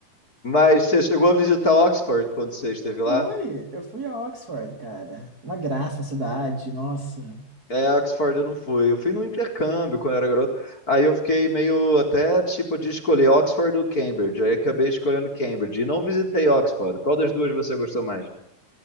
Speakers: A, on the left; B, on the right.
A: mas você chegou a visitar Oxford quando você esteve lá?
B: Fui, eu fui a Oxford, cara. Uma graça a cidade, nossa.
A: É, Oxford eu não fui. Eu fui no intercâmbio quando eu era garoto. Aí eu fiquei meio até tipo de escolher Oxford ou Cambridge. Aí acabei escolhendo Cambridge e não visitei Oxford. Qual das duas você gostou mais?